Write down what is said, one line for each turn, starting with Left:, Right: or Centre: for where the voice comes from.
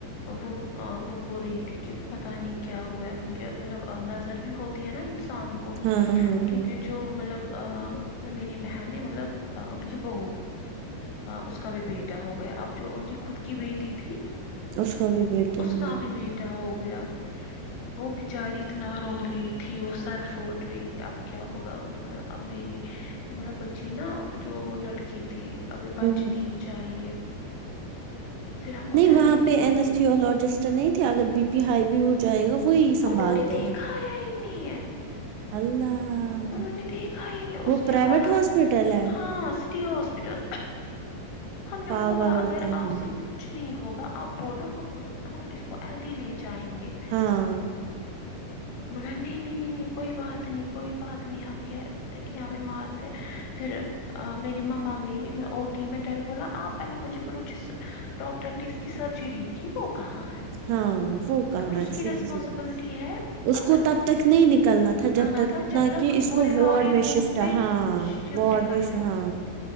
Left: وہ وہ بول رہی تھی کہ پتہ نہیں کیا ہو گیا کیونکہ مطلب نظر بھی ہوتی ہے نا انسان کو کو
Right: ہاں ہاں ہاں
Left: کیونکہ جو جو مطلب میری بہن ہے مطلب ان کی بہو اس کا بھی بیٹ کیا ہو گیا اب جو ان کی خود کی بیٹی تھی
Right: اس کا بھی بیٹا
Left: اس
Right: ہے ہوں
Left: کا بھی بیٹا ہو گیا وہ بچاری اتنا رو رہی تھی وہ سر پھوڑ رہی تھی اب کیا ہوگا مطلب اب میری مطلب بچی نا جو لڑکی تھی ابھی بچنی
Right: ہوں
Left: چاہیے پھر ہم
Right: نہیں
Left: ادھر
Right: وہاں
Left: ہی
Right: پہ
Left: تھے
Right: ان اس ٹی اولیجست نہیں تھے اگر بی پی ہائی بھی ہو جائے گا وہی سنبھالتے
Left: انہوں نے دیکھایا
Right: ہیں
Left: ہی نہیں ہے
Right: اللہ
Left: انہوں نے دیکھا ہی نہیں
Right: وہ
Left: اس کے
Right: پرائیویٹ
Left: حالات
Right: ہاسپٹل ہے
Left: ہاں سٹی ہاسپٹل ہم نے
Right: پاگل
Left: ان کو بولا
Right: ہوتے
Left: اگر آپ
Right: ہیں
Left: سے کچھ کچھ نہیں ہوگا آپ بولو ہم ہم اس کو ہلدی لے جائیں گے
Right: ہاں
Left: بولا نہیں نہیں نہیں نہیں کوئی بات نہیں کوئی بات نہیں ہم کہ یہاں پہ مارتے پھر میری ممما گئی ا ٹی میں ڈر بولا آپ پہلے مجھے بولو جس ڈاکٹر نے اس کی سرجری کی وہ کہاں ہے
Right: ہاں وہ کہاں
Left: اگر اس
Right: ہے
Left: کی
Right: سیدھی
Left: ریسپانسبلٹی
Right: سور
Left: ہے
Right: اس
Left: اگر
Right: کو تب
Left: نے
Right: تک نہیں نکلنا تھا
Left: نکالنا
Right: جب تک
Left: جب
Right: نہ
Left: تک
Right: کہ اس
Left: وہ
Right: کو
Left: ریکوری
Right: وارڈ میں
Left: روم
Right: شفٹ
Left: سے
Right: ہاں
Left: شفٹ
Right: وارڈ
Left: کرتے
Right: میں ہاں